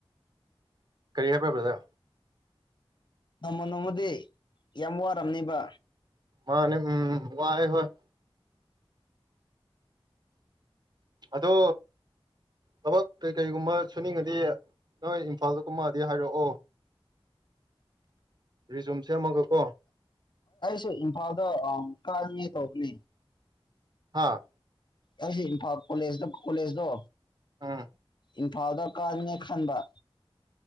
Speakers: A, on the right (about 45°); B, on the left (about 50°).
A: ꯀꯔꯤ ꯍꯥꯏꯔ ꯄꯦꯕ꯭ꯔꯗꯥ
B: ꯅꯣꯡꯃ ꯅꯣꯡꯃꯗꯤ ꯌꯥꯝ ꯋꯥꯝꯅꯦꯕ
A: ꯃꯥꯅꯦ ꯎꯝ <unintelligible> ꯑꯗꯣ ꯊꯕꯛ ꯀꯩꯀꯩꯒꯨꯝꯕ ꯁꯨꯅꯤꯡꯉꯗꯤ ꯅꯣꯏ ꯏꯝꯐꯥꯜꯗꯒꯨꯝꯃꯛꯗꯤ ꯍꯥꯏꯔꯛꯑꯣ ꯔꯤꯖꯨꯝ ꯁꯦꯝꯃꯒ ꯀꯣ
B: ꯁꯤ ꯏꯝꯐꯥꯜꯗ ꯀꯥꯉꯩ ꯇꯧꯕꯅꯦ
A: ꯍꯥꯥ
B: ꯑꯩꯁ ꯏꯝꯐꯥꯜ ꯀꯣꯂꯦꯖ ꯀꯣꯂꯦꯖꯗꯣ
A: ꯑꯥ
B: ꯏꯝꯐꯥꯜꯗ ꯀꯥꯟꯅꯦ ꯈꯟꯕ